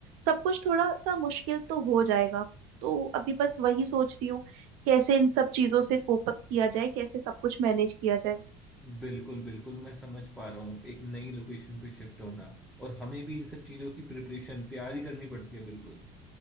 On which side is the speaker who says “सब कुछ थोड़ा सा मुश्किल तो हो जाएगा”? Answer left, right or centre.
Right